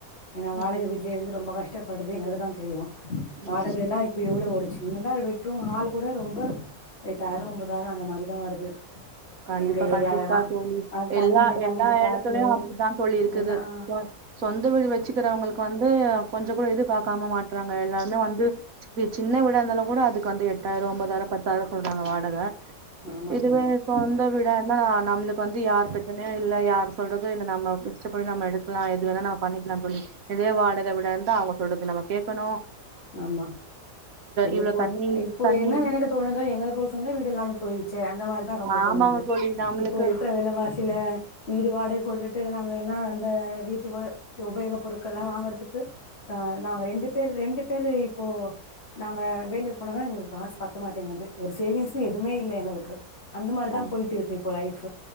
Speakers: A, on the left; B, on the right.
A: ஏனா வாடக
B: ம்
A: வீட்லேருந்து ரொம்ப கஷ் டப்பட்றது எங்களுக்கு தா தெரியும்
B: ம்
A: வாடகெல்லா இப்ப எவ்ளோ ஒரு சின்னதா <unintelligible> ரூம் ஹால் கூட ரொம்ப எட்டாயிர ஒம்பதாயிர அந்த மாரிதா வருது
B: கண்டிப்பா
A: எங்க ஏரியாலலா
B: கண்டிப்பா தோழி
A: அது தண்ணில
B: எல்லா
A: தண்ணிக்கு
B: எல்லா
A: காசு
B: எடத்துலயும் அப்படிதா தோழி இருக்குது
A: எல்லா ஆ
B: சொந்த வீடு வச்சுக்குறவங்களுக்கு வந்து கொஞ்ச கூட இது பாக்காம மாட் றாங்க எல்லாருமே வந்து சின்ன வீடாந்தாலும் கூட அதுக்கு வந்த எ ட்டாயிர ஒம்பதாயிர பத்தாயிர சொல்றாங்க வாடக
A: ஆமா
B: இதுவே
A: தோழி
B: சொந்த வீடாருந்த நம்ளுக்கு வந்து யார் பிரச்சனையு இல்ல யார் சொல்றதோ இல்ல நம்ம இஷ்டப்படி நம்ம எடுக் லா எது வேணா நம்ம பண்ணிக்கலா <unintelligible> இதே வாடக வீடாருந்தா அவங்க சொல்றது நம்ம கேக்கணு
A: ஆமா எங்களுக்கு
B: இவ்ளோ
A: ஓர்
B: தண்ணி
A: சொந் இப்போ
B: தண்ணி
A: என்ன நெனிக்க தோணுது எங்கள்க்கொரு சொந்த வீடு இல்லாமே போய் அந்த மாரி தா ரொம்ப
B: ஆமாங்க
A: தோணுது
B: தோழி நம்மளுக்கு
A: இப்போ இருக்கிற வெல வாசில வீடு வாடக கொடுத்து ட்டு நாங்க எல்லா அந்த வீட்டு வ உபயோக பொருட்கள் லா வாங்கறதுக்கு ஆ நாங்க ரெண்டு பேர் ரெண்டு பேரு இப்போ நாங்க வேலேக் போனா <unintelligible> எங்களுக்கு காசு பத்த மாட்டேங்குது ஒரு சேவிங்ஸ்னு எதுமே இல்ல எங்களுக்கு அந்த மாரி
B: ம்
A: தா போயிட்டு இருக்கு இப்போ லைஃப்